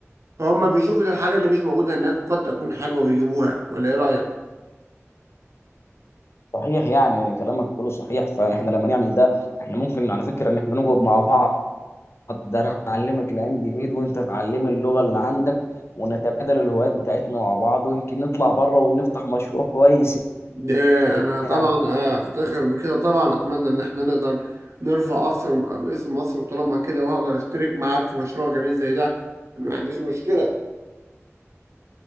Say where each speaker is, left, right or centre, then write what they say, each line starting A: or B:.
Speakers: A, on the right (about 70°); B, on the left (about 55°).
A: فهم بيشوفوا الحاجة اللي مش موجودة هناك وقد تكون حلوة ويجيبوها ولا ايه رأيك؟
B: صحيح يعني كلامك كله صحيح فاحنا لما نعمل ده احنا ممكن على فكره ان احنا نقعد مع بعض ده انا اعلمك الهاند ميد وانت تعلم اللغه اللي عندك ونتبادل الهوايات بتاعتنا مع بعض ويمكن نطلع بره ونفتح مشروع كويس
A: ده انا طبعا
B: يعني
A: آه، افتخر بكده طبعا اتمنى ان احنا نقدر نرفع اسر اسم مصر طالما كده وهقدر اشترك معاك في مشروع جميل زي ده ما عنديش مشكلة